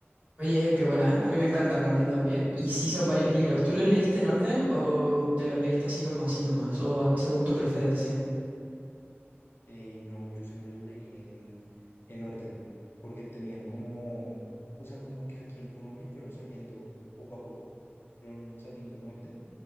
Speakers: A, on the right; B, on the left.
A: Oye, qué buena. ¿eh? A mí me encanta Narnia también. Y sí son varios libros. ¿Tú los leíste en orden o te los leíste así como así nomás? O según tu preferencia.
B: Eh, no, yo sí me los leí en, en orden, porque tenían como, o sea, como que aquí en Colombia fueron saliendo poco a poco, fueron saliendo en orden